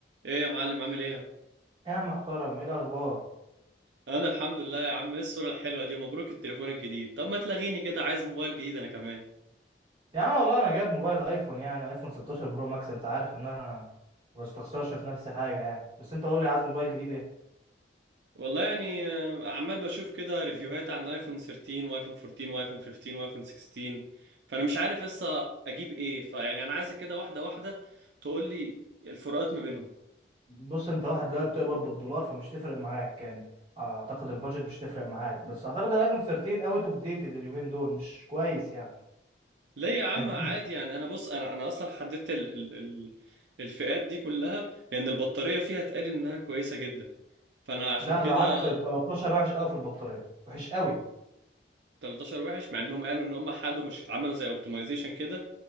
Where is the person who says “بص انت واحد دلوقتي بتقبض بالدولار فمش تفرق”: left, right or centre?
Right